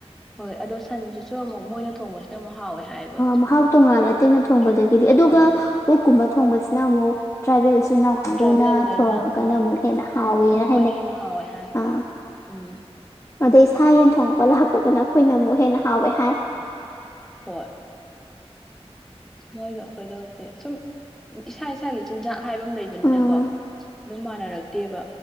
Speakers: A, in the centre; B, on the left.
A: ꯍꯣꯏ ꯑꯗꯣ ꯁꯟꯁꯤꯁꯨ ꯑꯃꯨꯛ ꯃꯣꯏꯅ ꯊꯣꯡꯕꯁꯤꯅ ꯑꯃꯨꯛ ꯍꯥꯎꯋꯦ ꯍꯥꯏꯌꯦꯕ
B: ꯃꯍꯥꯎ ꯇꯣꯡꯉꯥꯜꯂꯦ ꯑꯇꯩꯅ ꯊꯣꯡꯕꯗꯒꯤꯗꯤ
A: ꯃꯤ
B: ꯑꯗꯨꯒ
A: ꯑꯥ
B: ꯑꯣꯛ ꯀꯨꯝꯕ ꯊꯣꯡꯕꯁꯤꯅ ꯑꯃꯨꯛ ꯇ꯭ꯔꯥꯏꯕꯦꯜ ꯏꯆꯤꯜ ꯏꯅꯥꯎ ꯀꯥꯡꯒꯕꯨꯅ
A: ꯇ꯭ꯔꯥꯏꯕꯦꯜꯈꯩꯅ
B: ꯊꯣꯡꯉꯒꯅ
A: ꯎꯝ
B: ꯑꯃꯨꯛ ꯍꯦꯟꯅ ꯍꯥꯎꯋꯅ
A: ꯃꯣꯏꯅ
B: ꯍꯥꯏꯅꯩ
A: ꯍꯦꯟꯅ ꯍꯥꯎꯋꯦ ꯍꯥꯏ
B: ꯑ
A: ꯎꯝ
B: ꯑꯗꯩ ꯁꯥ ꯌꯦꯟ ꯊꯣꯡꯉꯛꯄ ꯂꯥꯛꯄꯒꯅ ꯑꯩꯈꯣꯏꯅ ꯑꯃꯨꯛ ꯍꯦꯟꯅ ꯍꯥꯎꯋꯦ ꯍꯥꯏ
A: ꯍꯣꯏ ꯃꯣꯏꯒ ꯑꯩꯈꯣꯏꯒꯁꯦ ꯁꯨꯝ ꯏꯁꯥ ꯏꯁꯥꯒꯤ ꯆꯤꯟꯖꯥꯛ ꯍꯥꯏꯕ ꯑꯃ ꯂꯩꯕꯅꯤꯅꯀꯣ
B: ꯎꯝ
A: ꯃꯥꯟꯅꯔꯛꯇꯦꯕ